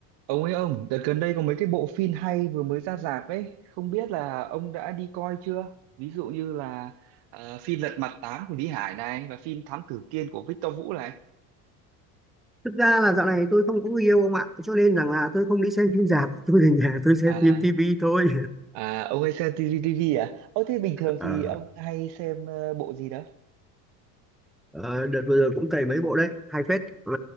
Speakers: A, on the right; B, in the centre.
A: Ông ấy ông, đợt gần đây có mấy cái bộ phim hay vừa mới ra rạp ấy, không biết là ông đã đi coi chưa? Ví dụ như là ờ, phim Lật Mặt 8 của Lý Hải này và phim Thám Tử Kiên của Victor Vũ này.
B: thực ra là dạo này tôi không có người yêu ông ạ cho nên rằng là tôi không đi xem phim rạp tôi về nhà tôi xem
A: À,
B: phim tivi thôi
A: à ông hay xem TV à? Ơ thế bình thường
B: Ờ,
A: thì ông hay xem ờ, bộ gì đó?
B: <laughs> ờ, đợt vừa rồi cũng cày mấy bộ đấy hay phết Ờ,